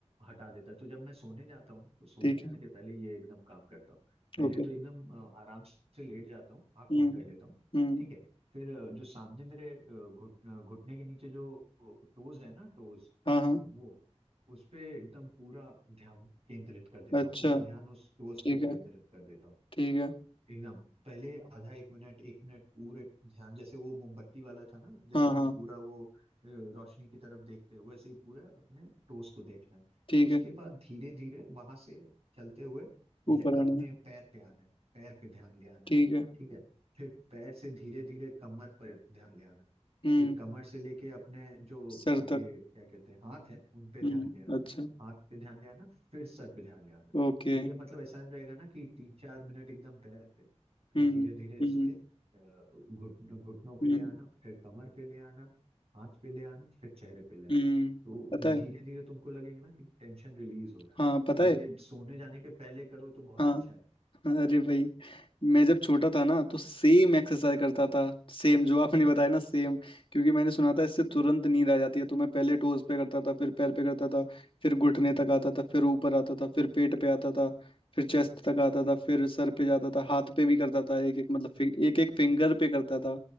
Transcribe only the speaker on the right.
हटा देता है तो जब मैं सोने जाता हूँ ना तो सोने
जाने
के पहले ये एकदम काम करता हूँ पहले
तो एकदम अ, आराम से लेट जाता हूँ आंख
बंद कर लेता हूँ
ठीक है फिर अ, जो सामने मेरे अ, घुट अ, घुटने के नीचे जो टोज है ना टोज
वो उस पे एकदम पूरा ध्यान केंद्रित कर देता
हूँ पूरा ध्यान उस टोस्ट
पे केंद्रित
कर देता हूँ
एकदम पहले आधा एक मिनट एक मिनट पूरे ध्यान जैसे वो मोमबत्ती वाला था ना जैसे
तुम
पूरा वो अ, रोशनी की तरफ देखते हो वैसे ही पूरा अपने टोस्ट को देखना है
उसके
बाद धीरे धीरे वहां से चलते हुए ले-
अपने
पैर पे आना है पैर पे ध्यान ले आना
है
ठीक है फिर पैर से धीरे धीरे कमर पर ध्यान ले आना है
फिर कमर से लेके अपने जो
ये
क्या कहते हैं हाथ है उन पे ध्यान
ले आना
हाथ पे ध्यान ले आना फिर सर पे ध्यान ले आना
तो ये मतलब ऐसा नहीं रहेगा ना कि तीन चार मिनट एकदम पैर पे फिर
धीरे धीरे इस
पे अ, घुटन घुटनों पे
ले आना फिर कमर पे ले आना हाथ पे ले आना फिर चेहरे पे ले आना
तो
धीरे
धीरे तुमको लगेगा ना कि टेंशन रिलीज हो रहा है
ये
सोने जाने के पहले करो तो बहुत
अच्छा है